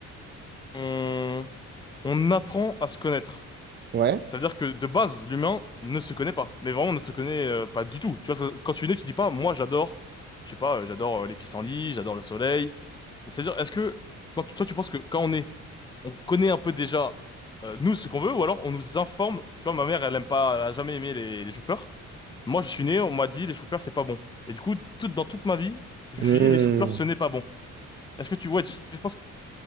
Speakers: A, on the left; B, on the right.
A: on, on apprend à se connaître,
B: vois. Ouais.
A: ça veut dire que de base, l'humain ne se connaît pas. Mais vraiment, ne se connaît euh, pas du tout. Tu vois, quand tu es né, tu dis pas, moi, j'adore, je sais pas, euh, j'adore euh, les pissenlits, j'adore le soleil. Et C'est-à-dire, est-ce que, quand tu- toi, tu penses que quand on est on connaît un peu déjà euh, nous ce qu'on veut, ou alors on nous informe. Tu vois, ma mère, elle aime pas, elle a jamais aimé les, les choux-fleurs. Moi, je suis né, on m'a dit les choux-fleurs, c'est pas bon. Et du coup, toute dans toute ma vie, je me
B: Hum.
A: suis dit les choux-fleurs, ce n'est pas bon. Est-ce que tu vois, tu- je pense